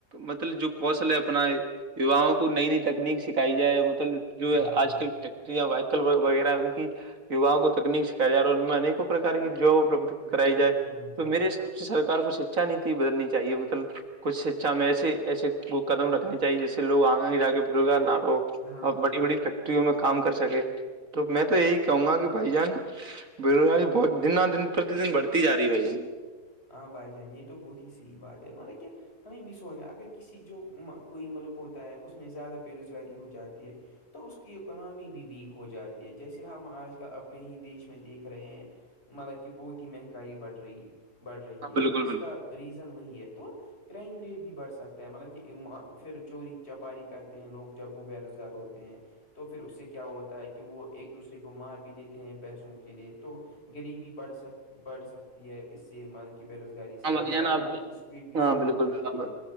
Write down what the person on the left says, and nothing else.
ہاں بھائی
جان
ہاں بھائی جان
ہاں بھائی جان
ہاں بھائی جان یہ تو بہت ہی صح بات ہے مطلب کیا ہمیں بھی سوچنا اگر کسی جو کوئی ملک ہوتا ہے اس میں زیادہ بے روزگاری ہو جاتی ہے تو اس کی اکناممی بھی ویک ہو جاتی ہے جیسے ہم آج کل اپنے ہی دیش میں دیکھ رہے ہیں مطلب کہ بہت ہی مہنگائی بڑھ رہی بڑھ رہی
ہے
تو اس
کا ریزن وہی ہے تو کرائم ریٹ بھی بڑھ سکتا ہے مطلب کہ پھر چوری چپاری کرتے ہیں لوگ جب وہ بے روزگار ہوتے ہیں تو پھر اس سے کیا ہوتا ہے کہ وہ ایک دوسرے کو مار بھی دیتے ہیں پیسوں کے لیے تو غریبی بڑھ سک بڑھ سکتی ہے اس سے م بے روزگاری سے
ڈیولپمنٹ
کی اسپیڈ بھی
سلو
ہو جاتی
ہے